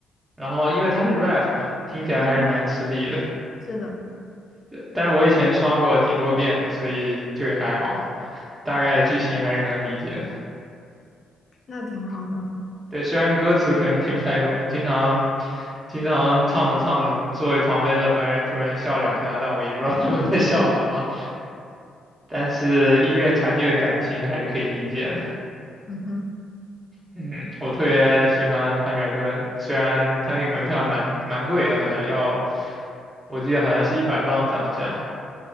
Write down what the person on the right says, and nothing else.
然后因为他是 rap 嘛，听起来还是蛮吃力的。
呃但是我以前刷过挺多遍的，所以就也还好，大概剧情还是能理解的。
对，虽然歌词可能听不太懂，经常经常唱着唱着，座位旁边的白人突然笑两下，但我也不知道他们在笑什么。但是音乐传递的感情还是可以理解的。
嗯，我特别喜欢汉密尔顿，虽然他那个门票还蛮蛮贵的，好像要我记得好像是一百磅上下。